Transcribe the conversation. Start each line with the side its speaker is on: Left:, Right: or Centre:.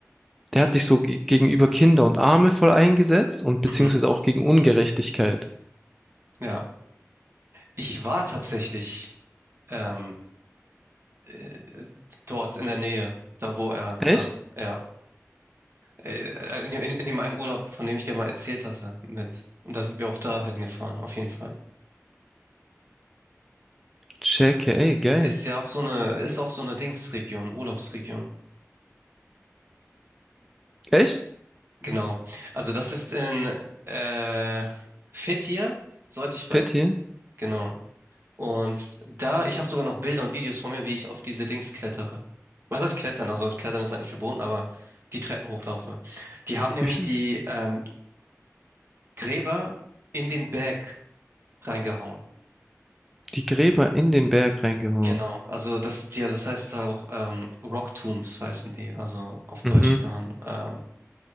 Centre: der hat sich so ge gegenüber Kinder und Arme voll eingesetzt und beziehungsweise
Right: Mhm.
Centre: auch gegen Ungerechtigkeit.
Right: Ja. Ich war tatsächlich ähm, äh, dort in der Nähe, da wo er
Centre: Echt?
Right: dann, ja. Äh, In, in in dem einen Urlaub, von dem ich dir mal erzählt hatte, mit. Und da sind wir auch dahin gefahren, auf jeden Fall.
Centre: Checke, ey, geil.
Right: Ist ja auch so eine, ist auch so eine Dingsregion, Urlaubsregion.
Centre: Echt?
Right: Genau. Also das ist in äh, Fethiye, soweit ich weiß.
Centre: Fett hier.
Right: Genau. Und da, ich habe sogar noch Bilder und Videos von mir, wie ich auf diese Dings klettere. Was heißt klettern? Also klettern ist eigentlich verboten, aber die Treppen hochlaufe. Die haben nämlich
Centre: Ich,
Right: die ähm, Gräber in den Berg reingehauen.
Centre: die Gräber in den Berg reingehauen.
Right: Genau, also das, ja, das heißt auch ähm, Rock Tombs heißen die, also auf Deutsch
Centre: Mhm.
Right: dann, ähm,